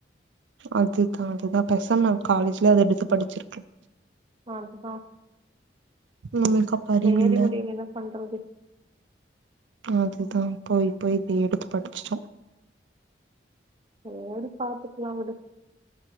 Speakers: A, on the right (about 80°); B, on the right (about 25°).
A: அதுதா அதுதா பேசாம நாம காலேஜ்லயே அத எடுத்து படிச்சிருக்கலா
B: அதுதா
A: நம்மளுக்கு அப்ப அறிவில்ல
B: சேரி வுடு என்ன பண்றது
A: அதுதா போய் போய் இத எடுத்து படிச்சிட்டோ
B: சேரி பாத்துக்கலா விடு